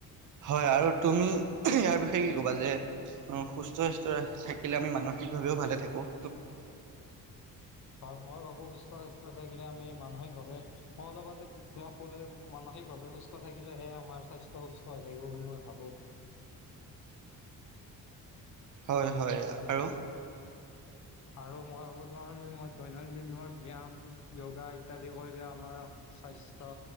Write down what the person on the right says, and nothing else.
হয় আৰু তুমি ইয়াৰ বিষয়ে কি কবা যে সুস্থ সস্বাস্থ্য থাকিলে আমি মানসিকভাৱেও ভালে থাকো
হয় হয় আৰু